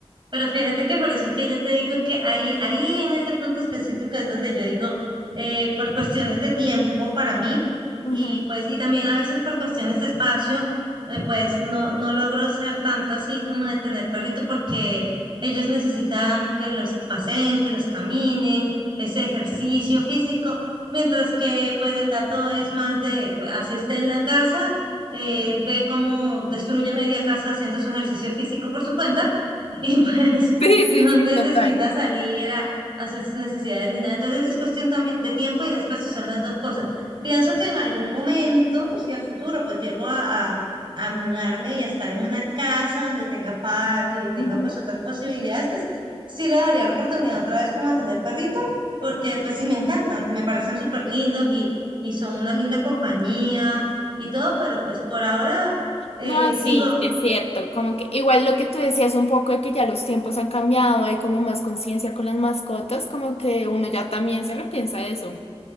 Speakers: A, on the right (about 50°); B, on the left (about 80°).
A: Pero fíjate que por eso es que yo te digo que ahí, ahí en ese punto específico es donde yo digo, eh, por cuestiones de tiempo para mí
B: Ujú.
A: y pues y también a veces por cuestiones de espacio, eh, pues no, no logro ser tanto así como de tener perrito porque ellos necesitan que los paseen, que los caminen, ese ejercicio físico, mientras que pues el gato es más de, pues, así esté en la casa, él ve cómo destruye media casa haciendo su ejercicio físico por su cuenta <laughs> y pues
B: Sí, sí,
A: no
B: sí,
A: necesita
B: total.
A: salir a, hacer sus necesidades ni nada. Entonces es cuestión también de tiempo y de espacio, son las dos cosas. Pienso que en algún momento, si a futuro, pues llego a, a, a mudarme y a estar en una casa donde tenga patio y tenga
B: Ujú.
A: pues otras posibilidades, pues sí le daría la oportunidad otra vez como a tener perrito, porque pues sí me encantan, me parecen súper lindos y, y son una linda compañía y todo, pero pues por ahora eh,
B: No,
A: sigo
B: sí, sí es cierto. Como que igual lo que tú decías un poco de que ya los tiempos han cambiado, hay como más conciencia con las mascotas, como que uno ya también se repiensa eso.